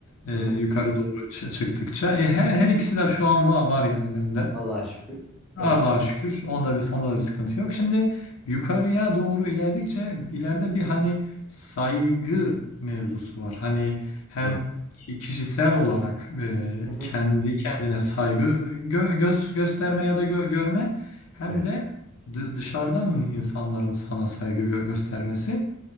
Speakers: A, on the left (about 75°); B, in the centre.
A: Ee,
B: Hı-hı.
A: yukarı doğru çı- çıktıkça. E, her, her ikisi de şu an var, var yani bende.
B: Allah'a şükür.
A: Allah'a
B: Evet.
A: şükür. Onda bir, onda da bir sıkıntı yok. Şimdi yukarıya doğru ilerledikçe ileride bir hani saygı mevzusu var. Hani hem
B: Evet.
A: ki- kişisel olarak e,
B: Hı-hı.
A: kendi kendine saygı gö- göz gösterme ya da gö- görme hem
B: Evet.
A: de dı- dışarıdan insanların sana saygı gö- göstermesi.